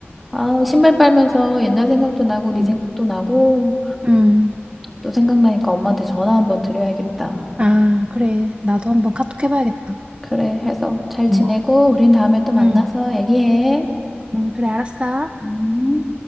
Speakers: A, in the centre; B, on the right.
A: 아 신발 빨면서 옛날 생각도 나고 네
B: 음,
A: 생각도 나고
B: 음.
A: 또 생각나니까 엄마한테 전화 한번 드려야겠다.
B: 아, 그래. 나도 한번 카톡 해봐야겠다.
A: 그래 해서 잘 지내고
B: 음.
A: 우린 다음에 또 만나서
B: 응,
A: 얘기해.
B: 응, 그래, 알았어.
A: 음.